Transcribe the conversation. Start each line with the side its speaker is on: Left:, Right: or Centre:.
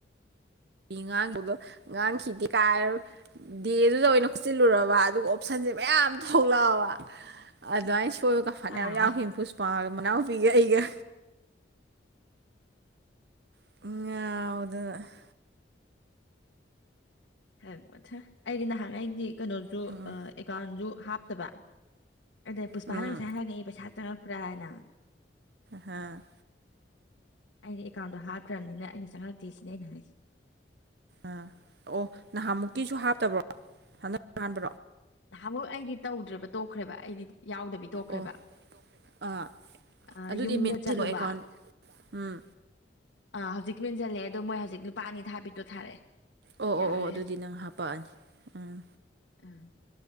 Right: ꯉꯥꯡꯕꯗꯣ ꯉꯉꯥꯡ ꯈꯈꯤꯗꯤ ꯀꯥꯏꯔꯣ ꯗꯦꯗꯨꯗ ꯑꯣꯏꯅ ꯈꯨꯠꯆꯤꯜꯂꯨꯔꯕ ꯑꯗꯨꯒ ꯑꯣꯞꯁꯟꯁꯦ ꯃꯌꯥꯝ ꯊꯣꯛꯂꯛꯑꯕ ꯑꯗꯨꯃꯥꯏꯅ ꯁꯣꯏꯕꯒ ꯐꯅꯌꯥꯝ
Left: ꯑꯥ
Right: ꯌꯥꯎꯈꯤ ꯏꯐꯨꯁꯄꯥ ꯃꯅꯥꯎꯄꯤꯒ ꯑꯩꯒ <unintelligible>
Left: ꯑꯩꯗꯤ ꯅꯍꯥꯟ ꯑꯩꯒꯤ ꯀꯩꯅꯣꯁꯨ
Right: ꯎꯝ
Left: ꯑꯦꯀꯥꯎꯟꯖ ꯍꯥꯞꯇꯕ ꯑꯗꯨꯗ ꯄꯨꯁꯄꯥꯅꯒ
Right: ꯎꯝ
Left: ꯁ ꯍꯥꯏꯔꯒ ꯑꯩꯕꯩ ꯁꯥꯇ꯭ꯔ ꯄꯨꯔꯥ ꯍꯥꯏꯅ
Right: ꯍꯥꯥ
Left: ꯑꯩꯅ ꯑꯦꯀꯥꯎꯟꯗꯣ ꯍꯥꯞꯇ꯭ꯔꯕꯅꯤꯅ ꯑꯩꯅ ꯆꯪꯪꯂꯛꯇꯦ ꯁꯤꯅ ꯑꯩꯅ ꯍꯥꯏꯁꯁꯤ
Right: ꯑꯥ ꯑꯣ ꯅꯍꯥꯟꯃꯨꯛꯀꯤꯁꯨ ꯍꯥꯞꯇꯕ꯭ꯔꯣ ꯍꯟꯗꯛ ꯍꯥꯟꯕ꯭ꯔꯣ
Left: ꯅꯍꯥ ꯑꯃꯨꯛ ꯑꯩꯗꯤ ꯇꯧꯗ꯭ꯔꯦꯕ ꯇꯣꯛꯈ꯭ꯔꯦꯕ ꯑꯩꯗꯤ ꯌꯥꯎꯗꯕꯤ ꯇꯣꯛꯈ꯭ꯔꯦꯕ
Right: ꯑꯣ ꯑꯥ
Left: ꯑꯥ,
Right: ꯑꯗꯨꯗꯤ
Left: ꯌꯨꯝꯗ
Right: ꯃꯦꯟꯁꯤꯜꯂꯣ
Left: ꯆꯠꯂꯨꯕ
Right: ꯑꯦꯀꯥꯎꯟ ꯎꯝ꯫
Left: ꯑꯥ ꯍꯧꯖꯤꯛ ꯃꯦꯟꯖꯜꯂꯦ ꯑꯗꯣ ꯃꯣꯏ ꯍꯧꯖꯤꯛ ꯅꯨꯄꯥ ꯑꯅꯤ ꯊꯥꯕꯤꯗꯣ ꯊꯥꯔꯛꯑꯦ꯫
Right: ꯑꯣ
Left: ꯌꯥꯔꯦ
Right: ꯑꯣ ꯑꯣ ꯑꯗꯨꯗꯤ ꯅꯪ ꯍꯥꯄꯛꯑꯅꯤ ꯎꯝ꯫
Left: ꯑ꯫